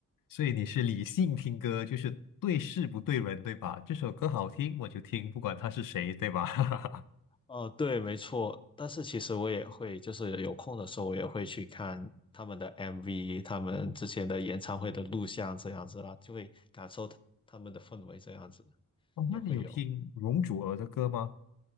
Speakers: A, on the left; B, on the left.
A: 所以你是理性听歌，就是对事不对人，对吧？这首歌好听我就听，不管他是谁，对吧？<laughs>
B: 哦，对，没错。但是其实我也会，就是有空的时候，我也会去看他们的 MV，他们之前的演唱会的录像这样子啦，就会感受他们的氛围这样子，
A: 哦，
B: 也会有。
A: 那你有听容祖儿的歌吗？